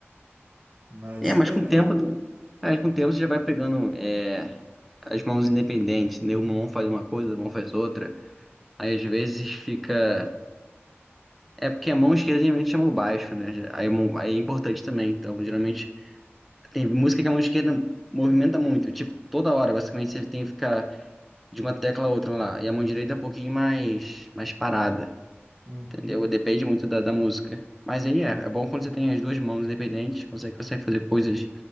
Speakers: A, on the right (about 40°); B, in the centre.
A: Mas
B: É,
A: que
B: mas
A: legal.
B: com o tempo, né? é, com o tempo você já vai pegando é, as mãos independentes, entendeu? Uma mão faz uma coisa, a mão faz outra. Aí às vezes fica. É porque a mão esquerda geralmente chama o baixo, né? Aí, a mão- aí é importante também, então geralmente. Tem música que a mão esquerda movimenta muito, tipo, toda hora, basicamente, você tem que ficar de uma tecla a outra lá. E a mão direita é um pouquinho mais, mais parada,
A: Uhum.
B: entendeu? Depende muito da, da música. Mas aí é, é bom quando você tem as duas mãos independentes, consegue, consegue fazer coisas.